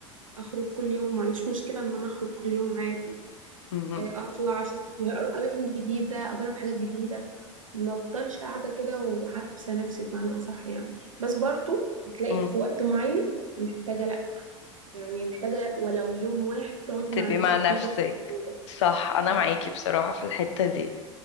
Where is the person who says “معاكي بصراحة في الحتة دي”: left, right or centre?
Left